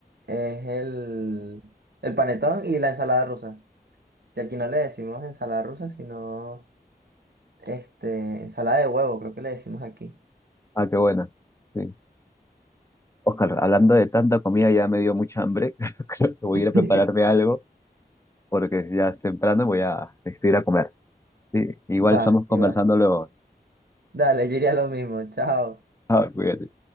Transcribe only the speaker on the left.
Ah, qué buena. Sí. Oscar, hablando de tanta comida, ya me dio mucha hambre. <laughs> Creo que voy
a ir a prepararme algo, porque ya es temprano, voy a necesito ir a comer. Sí, Igual
estamos conversando
luego.
Ah, cuídate.